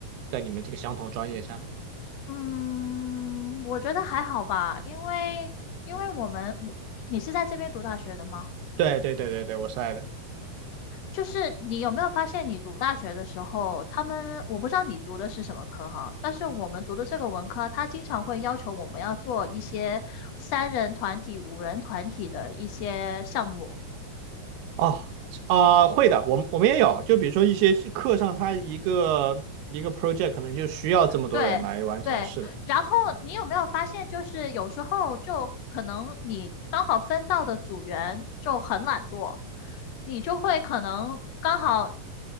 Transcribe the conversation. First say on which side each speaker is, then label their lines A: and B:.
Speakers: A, on the right (about 80°); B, on the left (about 85°).
A: 在你们这个相同专业下面？
B: 嗯，我觉得还好吧，因为因为我们我你是在这边读大学的吗？
A: 对对对对对，我是爱的。
B: 就是你有没有发现，你读大学的时候，他们我不知道你读的是什么科哈，但是我们读的这个文科，它经常会要求我们要做一些三人团体、五人团体的一些项目。
A: 哦，啊、会的，我们我们也有，就比如说一些是课上，它一个一个 project 可能就需要这么多人来完成，
B: 对对，
A: 是的。
B: 然后你有没有发现，就是有时候就可能你刚好分到的组员就很懒惰，你就会可能刚好